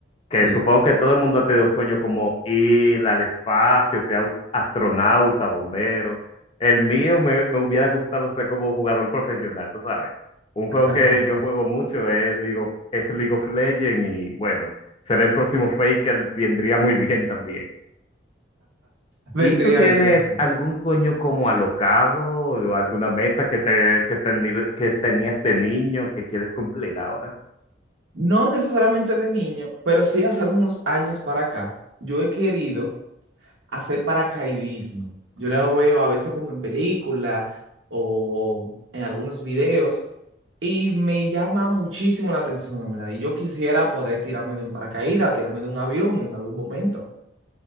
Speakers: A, on the left; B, on the right.
A: Que
B: Sí.
A: supongo que todo el mundo ha tenido sueños como ir al espacio, sea au- astronauta, bombero. El mío me, me hubiera gustado ser como jugador profesional, tú sabes. Un juego
B: <laughs>
A: que yo juego mucho es League of, es League of Legends y bueno, ser el próximo Faker vendría muy bien también.
B: Vendría
A: ¿Y tú tienes
B: bien, sí.
A: algún sueño como alocado o alguna meta que, te, que, teni- que tenías de niño que quieres cumplir ahora?
B: No necesariamente de niño, pero sí hace algunos años para acá, yo he querido hacer paracaidismo. Yo lo veo a veces como en película o en algunos videos y me llama muchísimo la atención, en verdad. Y yo quisiera poder tirarme de un paracaídas, tirarme de un avión en algún momento.